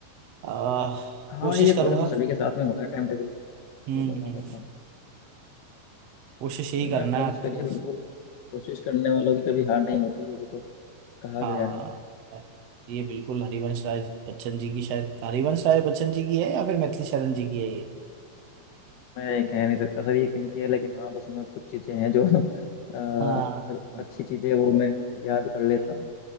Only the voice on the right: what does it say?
आह,
कोशिश
करूंगा
हम्म
हम्म,
कोशिश यही
करना
है अब
तो बस
हाँ
ये बिल्कुल हरिवंश राय बच्चन जी की शायद हरिवंश राय बच्चन जी की है या फिर मैथिली शरण जी की है ये
हाँ